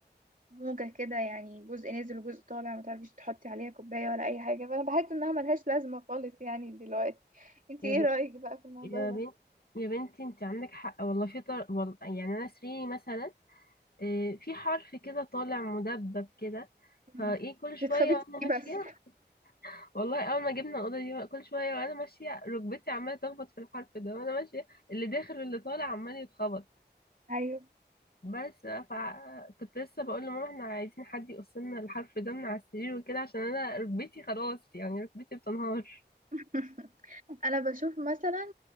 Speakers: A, on the right; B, on the left.
A: موجه كده يعني جزء نازل وجزء طالع ما تعرفيش تحطي عليها كوبايه ولا اي حاجه فانا بحس انها ملهاش لازمه خالص يعني دلوقتي انتي
B: يا
A: ايه
B: ب...
A: رايك بقى في الموضوع
B: يا
A: ده
B: بنت يا بنتي انت عندك حق والله في طر... والله يعني انا سريري مثلا آه، في حرف كده طالع مدبب كده فايه
A: مم.
B: كل شوية
A: تتخبطي
B: وانا ماشية
A: فيه بس
B: والله اول ما جبنا الأوضة دي كل شوية وانا ماشية ركبتي عمالة تخبط في الحرف ده وانا ماشية اللي داخل واللي طالع عمال يتخبط
A: <laughs> ايوه
B: بس فكنت لسه بقول لماما احنا عايزين حد يقص لنا الحرف ده من على السرير وكده عشان انا ركبتي خلاص يعني ركبتي بتنهار
A: <laughs> انا بشوف مثلا